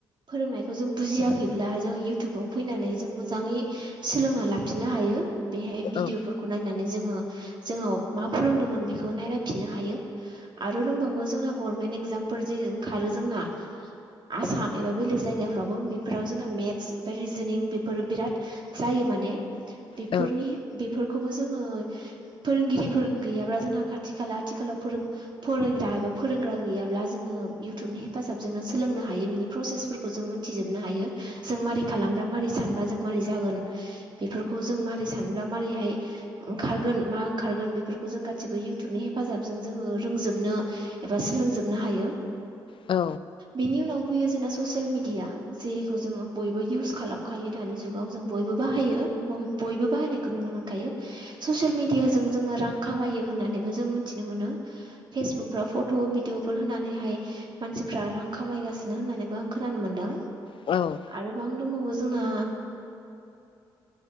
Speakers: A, on the right; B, on the left.
A: फोरोंनायखौ जों बुजियाखैब्ला जों इयउथुबाव फैनानै जों मोजाङै सोलोंना लाफिननो हायो बेहाय भिदिअफोरखौ
B: औ
A: नायनानै जोङो जोंनाव मा फोरोंदोंमोन बेखौ नायनाय फिननो हायो आरो रोंबावो जोंना गरमेन्ट एगजामफोर जि ओंखारो जोंना आसाम एबा बेलेग जायगाफ्रावबो बेफोराव जोंना मेथ्स ओमफ्राय रिजोनिं बेफोरो बिराद जायो माने बेफोरनि
B: औ
A: बेफोरखौबो जोङो फोरोंगिरिफोर गैयाब्ला जोंना खाथ थि खाला आथिखालाव फोरों फरायग्रा एबा फोरोंग्रा गैयाब्ला जोङो इउथुबनि हेफाजाबजोंनो सोलोंनो हायो बिनि प्रसेसफोरखौ जों मोनथिजोबनो हायो जों मारै खालामबा मारै सानबा जों मारै जागोन बेफोरखौ जों मारै सानब्ला मारोरैहाय ओंखारगोन मा ओंखारगोन बेफोरखौ जों गासिबो यु थुबनि हेफाजाबजों जोङो रोंजोबनो एबा सोलोंजोबनो हायो
B: औ
A: बिनि उनाव फैयो जोंना ससियेल मिडिया जेखौ जोङो बयबो इउस खालामखायो दानि जुगाव जों बयबो बाहायो बय बयबो बाहायनायखौ नुनो मोनखायो ससियेल मिडियाजों जोङो रां खामायो होननानैबो जों मिथिनो मोनो फेसबुक फोराव फट' भिदिअ फोर होनानैहाय मानसिफ्रा रां खामायगा सिनो होननानैबो आं खोनानो मोन्दों
B: औ औ
A: आरोबां दंबावो जोंना